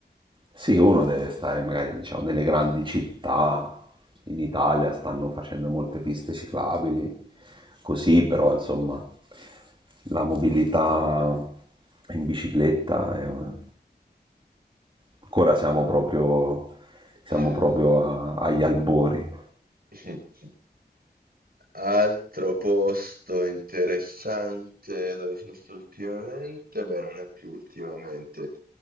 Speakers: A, on the right (about 30°); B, on the right (about 60°).
A: Sì, uno deve stare magari diciamo, nelle grandi città, in Italia stanno facendo molte piste ciclabili, così però insomma la mobilità in bicicletta è un- ancora siamo proprio, siamo
B: Ah.
A: proprio a- agli albori,
B: <laughs> Altro posto interessante dove sono stato ultimamente, beh, non è più ultimamente.